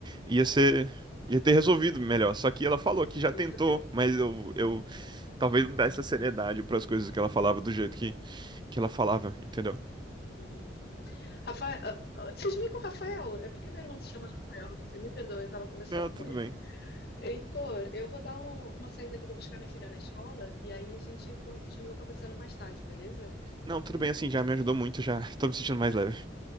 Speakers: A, on the right (about 25°); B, on the left (about 60°).
A: ia ser, ia ter resolvido melhor. Só que ela falou que já tentou,
B: Com certeza.
A: mas eu, eu Talvez não desse a seriedade para as coisas que ela falava do jeito que, que ela falava, entendeu?
B: Uhum. Rafael, ah, ah, vocês meio que o Rafael, é porque meu irmão se chama Rafael, você me perdoa, eu estava conversando
A: Não, tudo
B: com ele.
A: bem.
B: Heitor, eu vou dar um- uma saída que eu vou buscar minha filha na escola e aí a gente continua conversando mais tarde, beleza?
A: Não, tudo bem assim, já me ajudou muito, já <laughs> tô me sentindo mais leve.